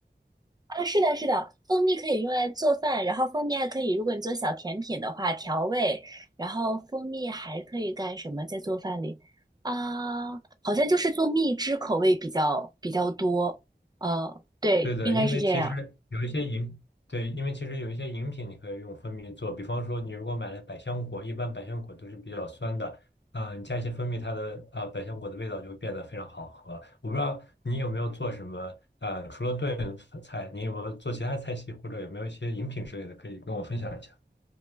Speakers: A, on the right; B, on the left.
A: 啊，是的，是的，蜂蜜可以用来做饭，然后蜂蜜还可以，如果你做小甜品的话，调味，然后蜂蜜还可以干什么？在做饭里啊，好像就是做蜜汁口味比较比较多，呃，对，
B: 对的，
A: 应该是这样。
B: 因为其实有一些饮，对，因为其实有一些饮品你可以用蜂蜜做，比方说你如果买了百香果，一般百香果都是比较酸的，啊、你加一些蜂蜜，它的啊、呃百香果的味道就会变得非常好喝。我不知道你有没有做什么，啊，除了炖菜，你有没有做其他菜系，或者有没有一些饮品之类的，可以跟我分享一下？